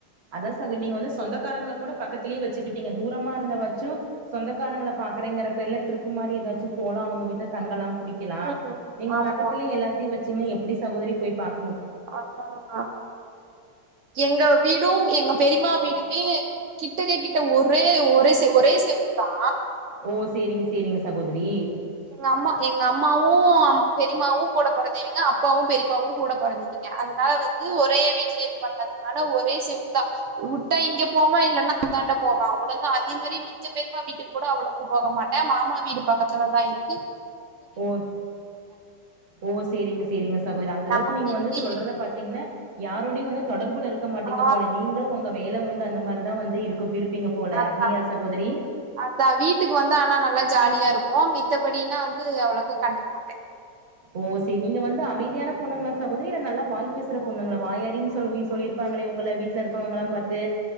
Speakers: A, on the right (about 45°); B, on the right (about 75°).
A: அதான் ச நீங்க வந்து சொந்தக்காரங்களை கூட பக்கத்திலேயே வச்சுக்கிட்டீங்க தூரமா இருந்த வச்சு சொந்தக்காரங்களை ப பாக்கறேங்கற பேர்ல ட்ரிப்பு மாரி ஏதாச்சு போல அவங்க வீட்ல தங்கலாம் குடிக்கலா
B: ம்
A: நீங்க
B: ஆமா
A: பக்கத்துல எல்லாத்தையு வச்சீங்க எப்டி சகோதரி போய் பாக்
B: அப்பறனா எங்க வீட் டு எங்க பெரியமா வீடுமே கிட்ட கே கிட்ட ஒரே ஒரே செ ஒரே செவ தா
A: ஓ சேரிங்க சேரிங்க சகோதரி
B: எங்க அம்மா எங்க அம்மாவு அம் பெரியமாவு கூட பிறந்தைவிங்க அப்பாவு பெரியப்பாவு கூட பொறந்தவிங் அதனால வந்து ஒரே வீட்லயே இது பண்ணாதனால ஒரே செவு தா வுட்டா இங்க போவா இல்லன்னா தாண்ட போவே அவ்வளவுதா அதே மாரி மிச்ச பெரியமா வீட்டு கூட அவளோக்கு போக மாட்டே மாமா வீடு பக்கத்துல தான் இரு
A: ஓ ஓ சேரிங்க சேரிங்க தவிர அந்த அளவுக்கு
B: நம்ம
A: நீங்க
B: வீட்லயே
A: வந்து சொல்றத பாத்தீங்கன்னா யாரோடையு வந்து தொடர்புல இரு இருக்க மாட்டீங்க
B: ஆ
A: போல நீங்க உங்க வேலை உண்டு அந்த மார் அதுதா வந்து இருக்கு விரிருப்பீங்க போல
B: அதான்
A: அப்டியா சகோதரி
B: அதான் வீட்டுக்கு வந்தா ஆனா நல்லா ஜாலியா இருப்போ மித்தபடி எல்லா வந்து அவ்ளோக்கு கண்டுக்க மாட்ட
A: ஓ சேரி நீங்க வந்து அமைதியான பொண்ணுங்களா சகோதரி இல்ல நல்லா வாய் பேசுற பொண்ணுங்களா வாயாடின்னு சொல்லி சொல்லியிருப்பாங்களே உங்கள வீட்டுல இருக்கவங்களல்லா பாத்து